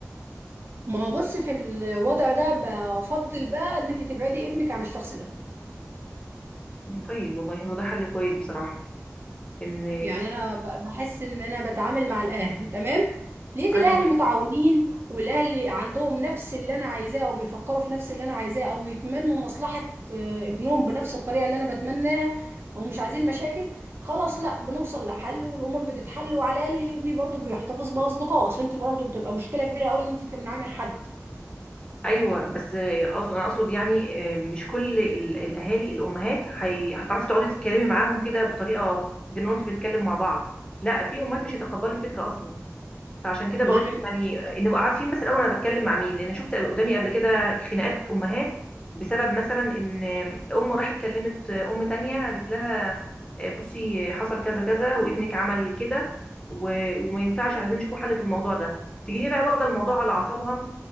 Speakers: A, on the right; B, on the left.
A: ما هو بص في الوضع ده بفضل بقى ان انت تبعدي ابنك عن الشخص ده
B: طيب والله هو ده حل كويس بصراحة ان
A: يعني انا ب- بحس ان انا بتعامل مع الاهل تمام لقيت
B: ايوه
A: الاهل متعاونين والاهل عندهم نفس اللي انا عايزاه او بيفكروا في نفس اللي انا عايزاه او يتمنوا مصلحة آه، ابنهم بنفس الطريقة اللي انا بتمناها او مش عايزين مشاكل خلاص لا بنوصل لحل والامور بتتحل وعلى الاقل ابني برضو بيحتفظ باصدقائه اصل انت برضو بتبقى مشكلة كبيرة قوي ان انت تمنعيه من حد
B: ايوه بس آه، أقصد- انا اقصد يعني آه، مش كل ال- الاهالي الامهات هي- هتعرفي تقعدي تتكلمي معاهم كده بطريقة زي ما انت بنتكلم مع بعض لا في امهات مش هيتقبلوا الفكرة اصلا فعشان كده
A: ما
B: بقول
A: انا
B: لك يعني نبقى عارفين بس الاول انا بتكلم مع مين لان شفت قدامي قبل كده خناقات امهات بسبب مثلا ان ام راحت كلمت ام تانية قالت لها آه، بصي حصل كذا كذا وابنك عمل كده و- وما ينفعش عايزين نشوفوا حل في الموضوع ده تيجي هي بقى واخده الموضوع على اعصابها